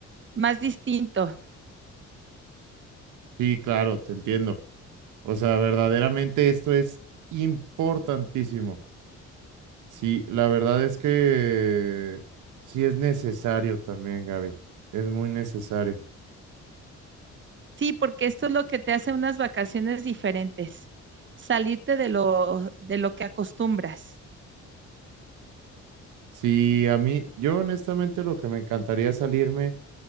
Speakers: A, on the right; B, on the right.
A: más distinto.
B: Sí, claro, te entiendo. O sea, verdaderamente esto es importantísimo. Sí, la verdad es que sí es necesario también, Gaby. Es muy necesario.
A: Sí, porque esto es lo que te hace unas vacaciones diferentes, salirte de lo, de lo que acostumbras.
B: Sí, a mí, yo honestamente lo que me encantaría es salirme